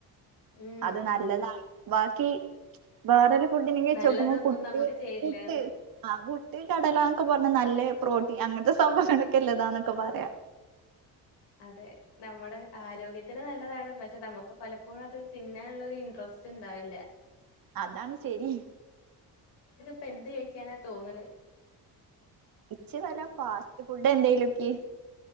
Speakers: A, on the left; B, on the right.
A: ഉം
B: അത് നല്ലതാണ്. ബാക്കി ബേറല് ഫുഡിനെക്കെ വെച്ചോക്കുമ്പോ
A: നല്ലതൊന്നും
B: പുട്ട്
A: നമുക്ക് ചേരില്ലാന്ന്
B: പുട്ട് ആ പുട്ട് കടലാന്നൊക്കെ പറഞ്ഞ നല്ലേ പ്രോട്ടി അങ്ങനത്തെ <unintelligible> അനക്കില്ലതാന്നൊക്കെ പറയാ
A: അതെ നമ്മുടെ ആരോഗ്യത്തിന് നല്ലതാണ്. പക്ഷേ നമക്ക് പലപ്പോഴും അത് തിന്നാൻള്ള ഒരു ഇൻട്രസ്റ്റ് ക്ഷേണ്ടാവില്ല
B: അതാണ് ശരി
A: ഇപ്പ എന്ത് കഴിക്കാനാ തോന്ന്ണ്?
B: ഇച്ച് വല്ല ഫാസ്റ്റ് ഫുഡ് എന്തെലൊക്കി